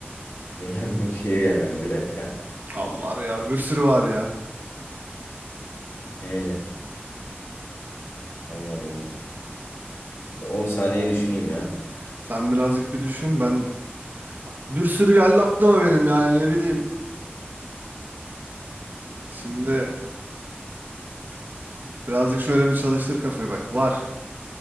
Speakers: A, on the left; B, on the right.
A: L ile aklıma şehir gelmedi bir dakika.
B: Abi var ya bir sürü var ya.
A: L. Allah Allah. 10 saniye düşüneyim ya.
B: Sen birazcık bir düşün ben... Bak bir sürü geldi aklıma benim yani ne bileyim. Şimdi
A: Hmm.
B: birazcık şöyle bir çalıştır kafayı bak. Var.